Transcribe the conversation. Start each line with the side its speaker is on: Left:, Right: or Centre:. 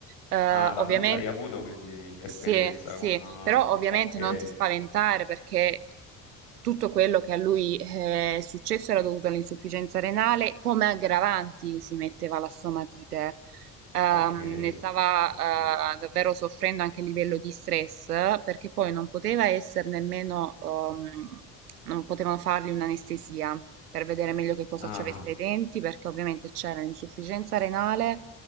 Right: eh,
Left: Ah, l'ha
Right: ovviamen-
Left: avut- hai avuto quindi esperienza
Right: sì, sì,
Left: con... ah,
Right: però ovviamente
Left: ok,
Right: non ti spaventare perché tutto quello che a lui eh, è successo era dovuto all'insufficienza renale, come aggravanti si metteva la stomatite. Ehm,
Left: ok,
Right: ne stava
Left: ok.
Right: eh, davvero soffrendo anche a livello di stress perché poi non poteva essere nemmeno, ehm, non potevano fargli un'anestesia per vedere meglio che cosa
Left: Ah,
Right: ci avesse ai denti perché ovviamente c'era l'insufficienza renale